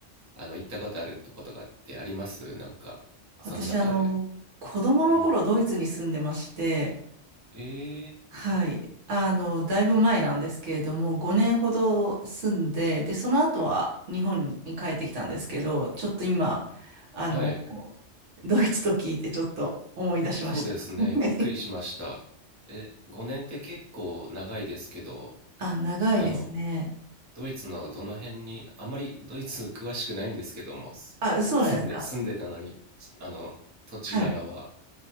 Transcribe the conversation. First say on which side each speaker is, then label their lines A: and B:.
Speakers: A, on the right; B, on the right.
A: あの、行ったことあるとことかってありますなんか、
B: 私、
A: その中で。
B: あの、子供の頃ドイツに住んでまして、
A: うん。えー、
B: はい。あの、だいぶ前なんですけれども、5年ほど住んで、で、その後は日本に帰ってきたんですけど、ちょっと今、あの、
A: はい。
B: <laughs> ドイツと聞いてちょっと思い出しました。
A: そうですね。
B: <laughs> はい
A: びっくりしました。え、5年って結構長いですけど、
B: あ、長いですね。
A: あの、ドイツのどの辺に、あんまりドイツ <laughs> 詳しくないんですけども、す住んで、
B: あ、そうなんですか。
A: 住んでたのに、ちあの、土地柄は。
B: はい。